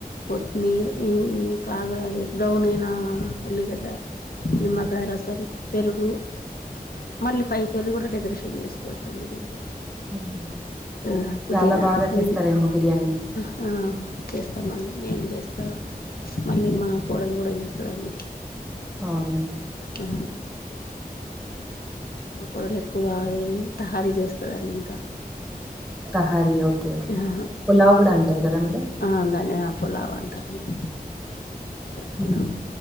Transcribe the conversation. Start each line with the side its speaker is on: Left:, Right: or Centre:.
Left: కొత్తిమీరం ఇక అది బ్రౌన్ అయినా ఉల్లిగడ్డ నిమ్మకాయ రసం పెరుగు మళ్ళీ పైకళ్ళు కూడా డెకరేషన్ చేసుకోవచ్చు
Centre: హ్మ్.
Left: ఆ పుదిన
Centre: చాలా బాగా
Left: పైన
Centre: చేస్తారేమో బిర్యానీ.
Left: ఆ ఆ చేస్తామండి నేను చేస్తా మళ్ళీ మా కోడలు కూడా చేస్తాదండి
Centre: అవున
Left: ఆ మాకు కోడలు ఎక్కువ అదేది తహారీ చేస్తందండి ఇంకా
Centre: తహారీ ఓకే
Left: ఆ
Centre: పులావ్ కూడా అంటారు కదా మేడం
Left: ఆ దాని ఆ పులావ్ అంటారండి మటర్ పులావ్
Centre: హ్మ్.